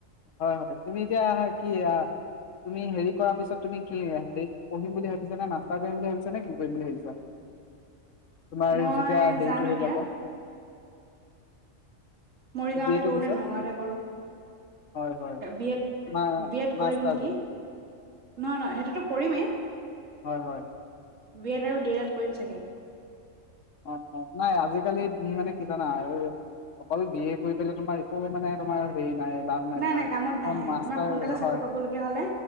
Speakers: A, on the left; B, on the right.
A: হয়-হয় তুমি এতিয়া কি তুমি হেৰি কৰাৰ পিছত তুমি কি হেৰি পঢ়িম বুলি ভাবিছা নে মাষ্টাৰ কৰিম বুলি ভাবিছা নে কি কৰিম বুলি ভাবিছা। তোমাৰ
B: মই
A: যেতিয়া হেৰিটো
B: জানো
A: হৈ
B: এতিয়া
A: যাব।
B: মৰিগাঁওতে
A: বি এটোৰ
B: কৰো
A: পিছত
B: নে নগাঁওতে কৰো,
A: হয় হয়
B: বি এড-
A: মা
B: বি এড
A: মাষ্টাৰটো
B: কৰিম নেকি, নহয় নহয় সেইটোতো কৰিমেই।
A: হয়-হয়।
B: বি এড আৰু ডি এল এড কৰিম চাগে।
A: অঁ, অ, নাই আজিকালি মানে কি জানা অকলো বি এ কৰি পেলাই তোমাৰ একোৱে মানে তোমাৰ হেৰি নাই লাভ নাই
B: নাই-নাই
A: তোমাৰ
B: কামত নাহে
A: মাষ্টাৰ
B: তোমাৰ সোনকালে চাকৰি
A: হয়
B: পাবলগীয়া
A: হয়
B: হলে